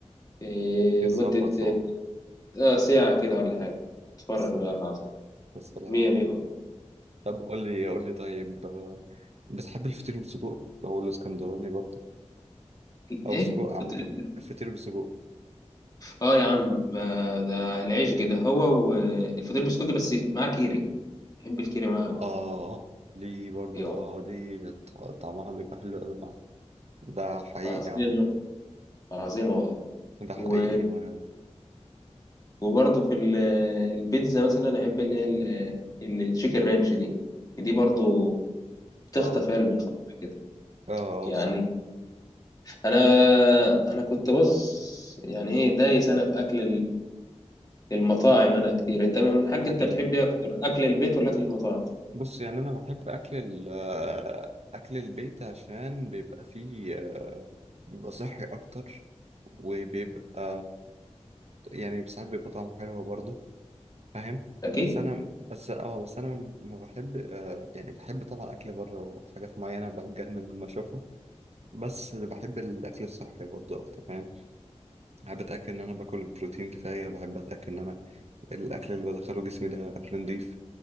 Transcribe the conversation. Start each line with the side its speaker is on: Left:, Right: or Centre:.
Left: إيه،
Right: يتظبط
Left: مدة
Right: لوحده
Left: اه ساعة كده ولا حاجة اتفرج
Right: السلام
Left: بقى على العظمة
Right: السلام
Left: مية مية والله
Right: طب قول لي قول لي طيب آه، بتحب الفطير بالسجق هو الاسكندراني برضه او
Left: ايه
Right: السجق عامة
Left: فطير
Right: الفطير بالسجق
Left: اه يا عم ده ده العيش كده هو والفطير بالسجق بس معاه كيري بحب الكيري معاه قوي
Right: اه دي برضه
Left: ايه والله
Right: اه دي بت- طعمها بيبقى حلو قوي ده حقيقي
Left: عظيمة
Right: يا عم
Left: عظيمة والله
Right: ده حقيقي
Left: و...
Right: ما
Left: وبرضه في ال- البيتزا مثلا احب اللي هي ال- ال- التشيكن رانش دي دي برضه بتخطف
Right: اه
Left: قلبي خالص كده
Right: اه آه،
Left: يعني
Right: صح
Left: انا انا كنت بص يعني ايه دايس انا في اكل المطاعم انا كتير انت من الحاج
Right: اكل
Left: انت بتحب ايه اكتر اكل البيت ولا اكل المطاعم
Right: بص يعني انا بحب اكل ال آه، اكل البيت عشان بيبقى فيه آه، بيبقى صحي اكتر وبيبقى يعني ساعات بيبقى طعمه حلو برضه فاهم
Left: اكيد
Right: بس انا بس اه بس انا ما بحب آه، يعني بحب طبعا اكل بره وحاجات معينه بتجنن لما اشوفها بس بحب الاكل الصحي برضه اكتر فاهم بحب اتاكد ان انا باكل بروتين كفايه بحب اتاكد ان انا الاكل اللي بدخله جسمي ده اكل نضيف